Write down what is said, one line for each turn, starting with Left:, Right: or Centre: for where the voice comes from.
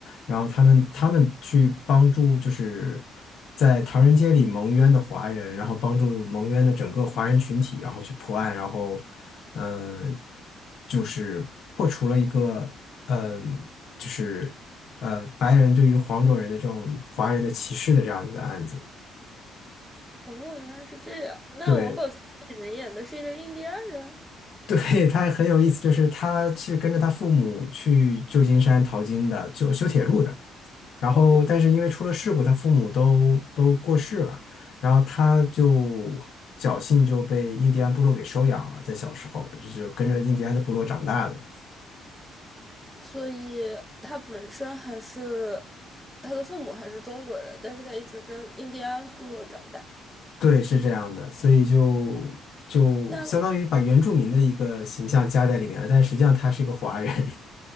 Left: 然后他们他们去帮助就是在唐人街里蒙冤的华人，然后帮助蒙冤的整个华人群体，然后去破案，然后嗯、呃就是破除了一个嗯、就是呃白人对于黄种人的这种华人的歧视的这样一个案子。
Centre: 哦，原来是这样。那王宝强在里面演的是一个印第安人。
Left: 对 <laughs> 对，他很有意思，就是他是跟着他父母去旧金山淘金的，就修铁路的。然后但是因为出了事故，
Centre: 嗯哼。
Left: 他父母都都过世了，然后他就侥幸就被印第安部落给收养了，在小时候就是跟着印第安的部落长大的，
Centre: 所以他本身还是他的父母还是中国人，但是他一直在印第安部落长大。
Left: 对，是这样的，所以就就相当于把原住民的一个形象加在里面了，
Centre: 那
Left: 但实际上他是一个华人，